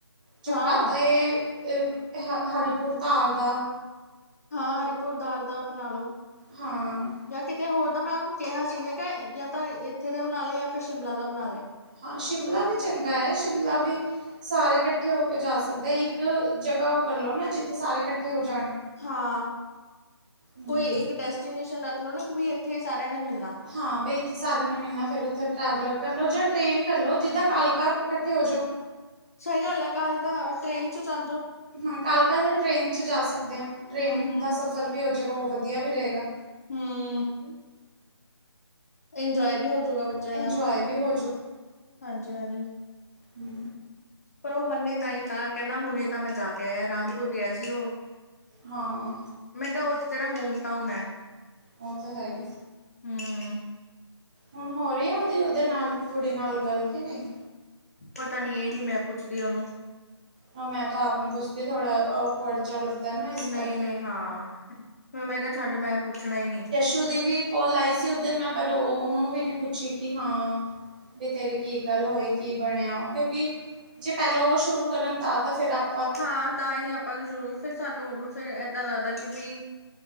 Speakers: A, on the right; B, on the left.
A: ਚਕਰਾਤਾ
B: ਹਾਂ
A: ਏ ਅ ਹ ਹਰੀਪੁਰ ਧਾਰ ਦਾ।
B: ਹਾਂ ਹਰੀਪੁਰ ਦਾਰ ਅਪਣਾ ਲੋ।
A: ਹਾਂ।
B: ਯਾ ਕਿਤੇ ਹੋਰ ਦਾ ਮੈਂ ਓਨੂੰ ਕਿਹਾ ਸੀ ਮੈਂ ਕਿਆ ਯਾ ਤਾਂ ਇੱਥੇ ਦੇ ਬਣਾ ਲਏ ਯਾ ਫਿਰ ਸ਼ਿਮਲਾ ਦਾ ਬਣਾ ਲਏ।
A: ਹਾਂ ਸ਼ਿਮਲਾ ਵੀ ਚੰਗਾ ਏ ਸ਼ਿਮਲਾ ਵੀ। ਸਾਰੇ ਕੱਠੇ ਹੋ ਕੇ ਜਾ ਸਕਦੇ ਆ ਇੱਕ ਜਗਾ ਓ ਕਰ ਲਓ ਨਾ ਜਿੱਥੇ ਸਾਰੇ ਕੱਠੇ ਹੋ ਜਾਣ।
B: ਹਾਂ
A: ਹੂੰ।
B: ਕੋਈ ਇੱਕ ਡੈਸਟੀਨੇਸ਼ਨ ਰੱਖ ਲੋ ਨਾ ਕਿ ਬਈ ਏਥੇ ਸਾਰੇਆਂ ਨੇ ਮਿਲ
A: ਹਾਂ ਬਈ ਇੱਥੇ ਸਾਰੇਆਂ ਨੇ ਮਿਲਣਾ ਫਿਰ ਓਥੇ ਟਰੈਵਲਰ ਕਰ ਲੋ ਜਾਂ ਟ੍ਰੇਨ ਕਰ ਲੋ ਜਿੱਦਾਂ ਕਾਲਕਾ ਕੱਠੇ ਹੋ ਜੋ।
B: ਸਈ ਗੱਲ ਐ ਕਾਲਕਾ ਟ੍ਰੇਨ ਚੋ ਚੱਲ ਜੋ।
A: ਹਾਂ ਕਾਲਕਾ ਜਰਾ ਟ੍ਰੇਨ ਚ ਜਾ ਸਕਦੇ ਆਂ, ਟ੍ਰੇਨ
B: ਹੂੰ ਹੂੰ
A: ਦਾ ਸਫਰ ਵੀ ਹੋ ਜੂਗਾ ਓ ਵਦੀਆ ਵੀ ਰਏਗਾ।
B: ਹੂੰ। ਇੰਜੋਏ ਵੀ ਹੋਜੂਗਾ ਬੱਚੇਆਂ
A: ਇੰਜੋਏ
B: ਦਾ,
A: ਵੀ ਹੋ
B: ਹਾਂਜੀ-ਹਾਂਜੀ।
A: ਹੂੰ।
B: ਪਰ ਓ ਮੰਨੇ ਤਾਂ ਹੀ ਤਾਂ ਕੈਂਦਾ ਹੁਣੇ ਤਾਂ ਮੈਂ ਜਾ ਕੇ ਆਇਆਂ ਰਾਮਪੁਰ ਗਿਆ ਸੀ ਓ।
A: ਹਾਂ।
B: ਮੈਂ ਕਿਹਾ ਉੱਥੇ ਤੇ ਹੋਮ ਟਾਊਨ ਹੈ।
A: ਉਹ ਤਾਂ ਹੈ ਹੀ।
B: ਹਮ।
A: ਹੁਣ ਹੋ ਰਹੀ ਆ ਉਹਦੀ ਉਹਦੇ ਨਾਲ ਕੁੜੀ ਨਾਲ ਗੱਲ ਕਿ ਨਹੀਂ।
B: ਪਤਾ ਨੀ ਇਹ ਨੀ ਮੈਂ ਪੁੱਛਦੀ ਉਹਨੂੰ।
A: ਹਾਂ ਮੈਂ ਤਾਂ ਆਪ ਨੀ ਪੁੱਛਦੀ ਥੋੜ੍ਹਾ ਓਕਡ ਚ ਲੱਗਦਾ ਨਾ ਇਸ
B: ਨਹੀਂ-ਨਹੀਂ
A: ਕਰਕੇ।
B: ਹਾਂ ਫ਼ਿਰ ਮੈਂ ਕਿਹਾ ਛੱਡ ਮੈਂ ਪੁੱਛਣਾ ਹੀ ਨਹੀਂ।
A: ਅੋਦੀ ਵਿ ਕੋਾਲ ਆਈ ਸੀ ਉਧਨ ਮੈਂ ਪਰ ਉਹਨੂੰ ਵੀ ਨੇ ਪੁੱਛੀ ਕਿ ਹਾਂ। ਵੀ ਤੇਰੀ ਕੀ ਗੱਲ ਹੋਈ ਕੀ ਬਣਿਆ ਕਿਉਂਕਿ। ਜੇ ਪਹਿਲਾਂ ਉਹ ਸ਼ੁਰੂ ਕਰਨ ਤਾਂ ਤਾਂ ਫਿਰ ਆਪ।
B: ਹਾਂ ਤਾਂ ਹੀ ਆਪਾਂ ਨੂੰ ਸ਼ੁਰੂ। ਫੇਿਰ ਸਾਨੂੰ ਫੇਿਰ ਏਦਾਂ ਲੱਗਦਾ ਕਿ ਬਈ